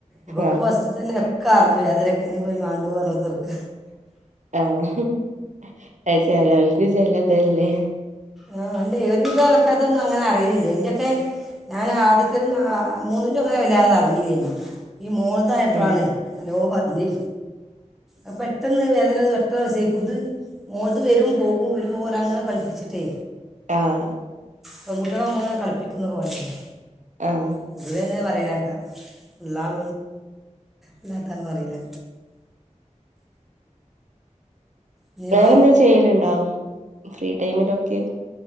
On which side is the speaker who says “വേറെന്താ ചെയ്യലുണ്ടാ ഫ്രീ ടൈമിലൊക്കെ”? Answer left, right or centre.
Right